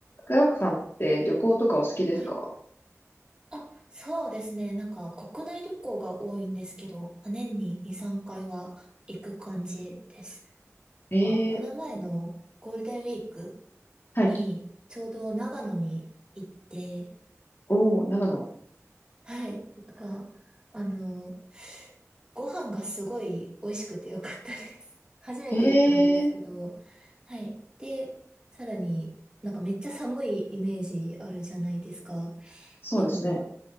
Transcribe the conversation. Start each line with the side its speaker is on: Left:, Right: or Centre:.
Left: クラックさんって旅行とかお好きですか
Right: はい。あ、そうですね。なんか国内旅行が多いんですけど、年に2、3回は行く感じです。なんかこの前のゴールデンウィーク
Left: ええはい。
Right: にちょうど長野に行って、
Left: おー、長野。
Right: はい。なんか、あの、ご飯がすごい美味しくてよかったです。<laughs> 初めて行ったんですけど、
Left: ええ
Right: はい。で、さらになんかめっちゃ寒いイメージあるじゃないですか。
Left: そうですね。
Right: でも、